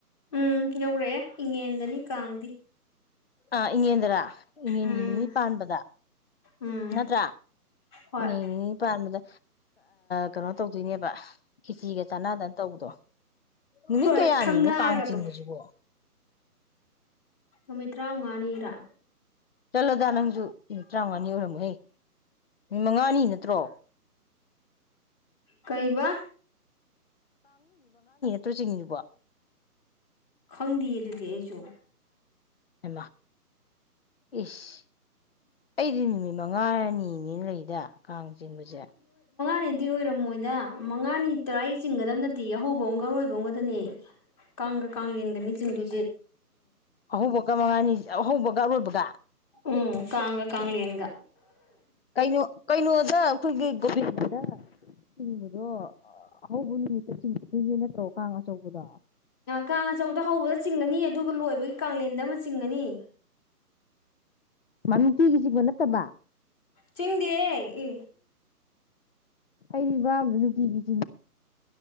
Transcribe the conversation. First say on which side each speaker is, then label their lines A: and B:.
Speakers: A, on the left; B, on the left.
A: ꯎꯝ ꯌꯧꯔꯛꯑꯦ ꯏꯪꯉꯦꯟꯗꯅꯤ ꯀꯥꯡꯗꯤ
B: ꯑ ꯏꯉꯦꯗ꯭ꯔꯥ ꯏꯉꯟꯒꯤ
A: ꯎꯝ
B: ꯅꯤꯅꯤ ꯄꯥꯟꯕꯗ
A: ꯎꯝ
B: ꯅꯠꯇ꯭ꯔꯥ
A: ꯍꯣꯏ
B: ꯎꯝ ꯄꯥꯔꯃꯤꯗ ꯀꯩꯅꯣ ꯇꯧꯗꯣꯏꯅꯦꯕ ꯈꯤꯆꯤꯒ ꯆꯥꯟꯅꯗꯅ ꯇꯧꯕꯗꯣ ꯅꯨꯃꯤꯠ
A: ꯍꯣꯏ
B: ꯀꯌꯥꯅꯤꯅꯣ
A: ꯊꯝꯅꯥꯒꯗꯣ
B: ꯀꯥꯡ ꯆꯤꯡꯕꯕꯁꯤꯕꯣ
A: ꯍꯃꯤꯠꯇ꯭ꯔꯥ ꯎ ꯉꯅꯤꯔꯥ
B: ꯆꯂꯣꯗꯗꯥ ꯅꯪꯁꯨ ꯅꯨꯃꯤꯠ ꯇꯔꯥꯃꯉꯥꯅꯤ ꯌꯔꯝꯃꯣ ꯑꯩ ꯃꯤ ꯃꯉꯥꯅꯤ ꯅꯠꯇ꯭ꯔꯣ
A: ꯀꯩ ꯋꯥ
B: ꯇꯆꯤꯡꯕ
A: ꯈꯪꯗꯦꯌꯦ ꯑꯗꯨꯗꯤ ꯑꯩꯁꯨ
B: ꯏ ꯏꯁ ꯑꯩꯗꯤ ꯅꯨꯃꯤꯠ ꯃꯉꯥꯅꯤꯅꯤꯅ ꯂꯩꯗ ꯀꯥꯡ ꯆꯤꯡꯕꯁꯦ
A: ꯀꯥꯟꯩꯗꯤ ꯑꯣꯏꯔꯝꯃꯣꯏꯗ ꯃꯉꯥꯅꯤ ꯇꯔꯥ ꯆꯤꯡꯒꯗꯕ ꯅꯠꯇꯦ ꯑꯍꯧꯕ ꯑꯝꯒꯔꯣꯏꯕ ꯑꯃꯝꯒꯗꯅꯦ ꯀꯉ ꯀꯥꯂꯤꯦꯅꯤ ꯆꯤꯡꯦ
B: ꯑꯍꯧꯕ ꯀ ꯃꯉꯅꯤ ꯑꯍꯧꯕ ꯀꯔꯕꯒ
A: ꯎꯝ ꯀꯉ ꯀꯉꯂꯤꯅꯤꯡꯒ
B: ꯀꯩꯅ ꯀꯩꯅꯩꯅꯣ ꯑꯗꯣ ꯑꯩꯈꯣꯏꯒꯤ ꯒꯣꯕꯤꯟꯗꯅ ꯆꯤꯡꯕꯗꯣ ꯑꯍꯧꯕ ꯅꯨꯃꯤꯠꯇ ꯆꯤꯡꯒꯗꯣꯏꯅꯦ ꯅꯠꯇ꯭ꯔꯣ ꯀꯥꯡ ꯑꯆꯧꯕꯗꯣ
A: ꯀꯥꯡ ꯑꯆꯧꯕꯗ ꯍꯧꯕꯗ ꯆꯤꯡꯉꯅꯤ ꯑꯗꯨꯒ ꯂꯣꯏꯕꯒꯤ ꯀꯂꯦꯟꯗ ꯑꯃ ꯆꯤꯡꯉꯅꯤ
B: ꯃꯃꯤꯇꯤꯒꯤꯁꯤꯕ ꯅꯠꯇꯕ
A: ꯆꯤꯡꯗꯤꯌꯦ ꯏ
B: ꯑꯩꯗꯤ ꯚꯕꯥꯝꯗꯨ ꯅꯨꯡꯇꯕꯤ <unintelligible>